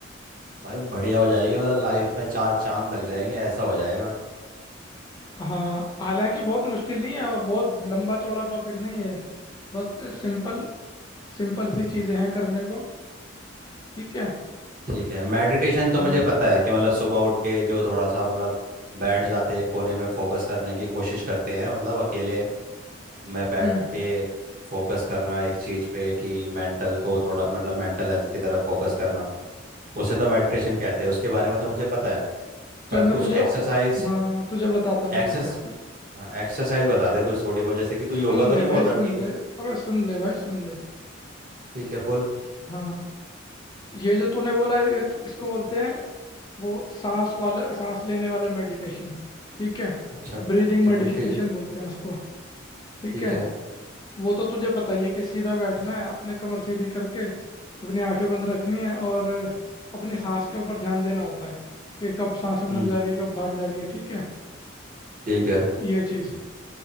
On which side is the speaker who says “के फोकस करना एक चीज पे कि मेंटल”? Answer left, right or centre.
Right